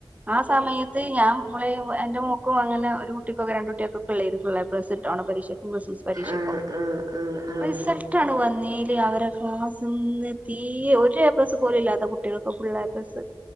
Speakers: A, on the right (about 15°); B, on the right (about 45°).
A: ആ സമയത്ത് ഞാൻ <unintelligible> എന്റെ മോക്കും അങ്ങനെ ഒരു കുട്ടിക്കൊക്കെ രണ്ട് കുട്ടേൾകൊ പ്പളേയ്നും ഫുള്ള് എ പ്ലസ്സ് ട്ടൊ ഓണ പരീക്ഷ കൃഷ്മസ്സ്‌ പരീക്ഷക്കും
B: ആഹ് ആഹ് ആഹ് ആഹ് ആഹ് ആഹ്
A: റിസൽ ട്ടാണ് വന്നീല് അവരെ ക്ലാസ്സ്ന്ന് തീ ഒര് എ പ്ലസ്സ് പോലും ഇല്ലാത്ത കുട്ട്യേൾകൊക ഫുള്ള് എ പ്ലസ്സ്